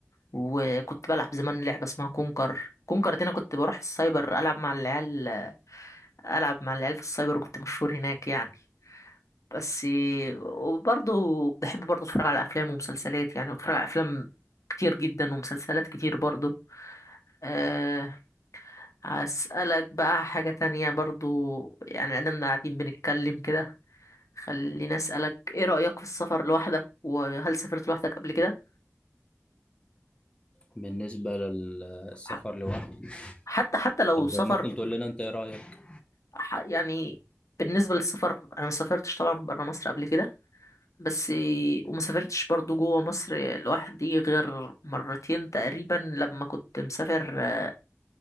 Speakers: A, on the left (about 75°); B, on the left (about 20°).
A: وكنت بلعب زمان لعبة اسمها كونكر كونكر دي انا كنت بروح السايبر العب مع العيال آه، العب مع العيال في السايبر وكنت مشهور هناك يعني بس وبرضه بحب برضه اتفرج على افلام ومسلسلات يعني بتفرج على افلام كتير جدا ومسلسلات كتير برضه أه هسألك بقى حاجة تانية برضه يعني أنا قاعدين بنتكلم كده خليني أسألك إيه رأيك في السفر لوحدك وهل سافرت لوحدك قبل كده؟
B: بالنسبه للسفر
A: ح-
B: لوحدي
A: حتى حتى لو
B: طب
A: سفر
B: ممكن تقول لنا انت ايه رايك
A: ح- يعني بالنسبة للسفر أنا مسافرتش طبعا برا مصر قبل كده بس وما سافرتش برضو جوه مصر لوحدي غير مرتين تقريبا لما كنت مسافر آه،